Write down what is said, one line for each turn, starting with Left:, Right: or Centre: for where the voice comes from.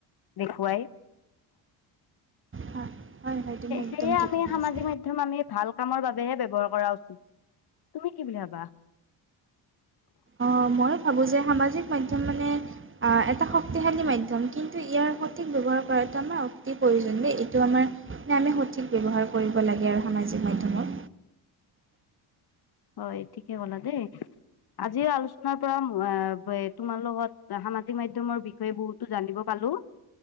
Left: দেখুৱাই।
Right: হয় হয় হয়, তুমি একদম
Left: সেইয়ে
Right: ঠিকে
Left: আমি
Right: কৈছা
Left: সামাজিক মাধ্যম আমি ভাল, কামৰ বাবেহে ব্যৱহাৰ কৰা উচিত। তুমি কি বুলি ভাবা?
Right: অ মই ভাবোঁ যে সামাজিক মাধ্যম মানে, এটা শক্তিশালী মাধ্যম, কিন্তু ইয়াৰ সঠিক ব্যৱহাৰ কৰাটো আমাৰ অতি প্ৰয়োজন দেই এইটো আমাৰ। আমি সঠিক ব্যৱহাৰ কৰিব লাগে আৰু সামাজিক মাধ্যমত।
Left: হয়, ঠিকেই কলা দেই। আজিৰ আলোচনাৰ পৰা অঁ তোমাৰ লগত সামাজিক মাধ্যমৰ বিষয়, ই বহুতো জানিব পালো,